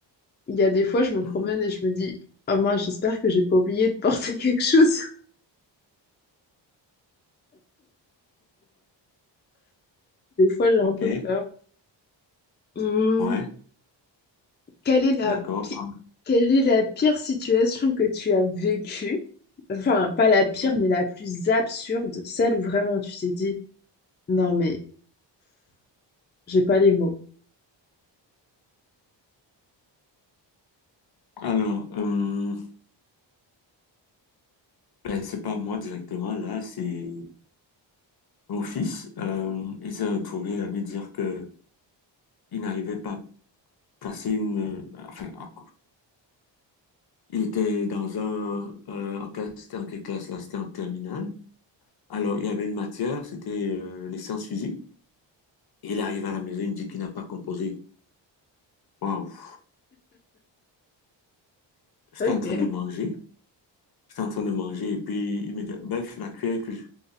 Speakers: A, on the left; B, on the left.
A: Il y a des fois, je me promène
B: Mhm.
A: et je me dis, oh mince, j'espère que j'ai pas oublié de porter <laughs> quelque chose. Des fois, j'ai un
B: Ok.
A: peu peur. Hmm,
B: Ouais,
A: Quelle est la
B: d'accord.
A: pi-
B: pas mal.
A: Quelle est la pire situation que tu as vécue? Enfin, pas la
B: Mhm.
A: pire, mais la plus absurde, celle où vraiment tu t'es dit, non mais j'ai pas les mots.
B: Alors, euh, Ben, c'est pas moi directement, là, c'est mon fils. Euh, il s'est retrouvé à me dire que il n'arrivait pas à passer une... euh, Enfin, à- il était dans un... euh, en classe, c'était en quelle classe là? C'était en terminale. Alors, il y avait une matière, c'était euh, les sciences physiques. Et il arrive à la maison, il me dit qu'il n'a pas composé. Waouh! J'étais
A: Ok,
B: en train de manger. J'étais en train de manger et puis il me dit, bref, la cuillère que je,